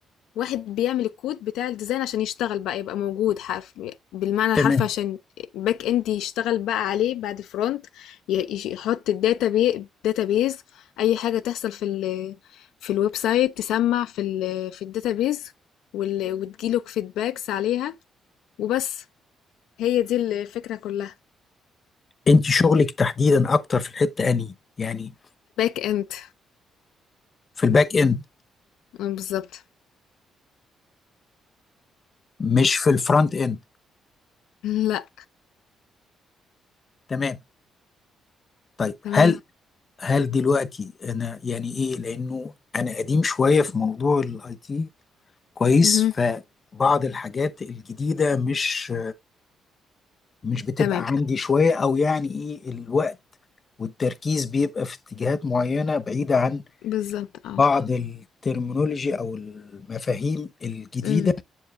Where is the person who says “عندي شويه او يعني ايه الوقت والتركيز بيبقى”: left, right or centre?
Left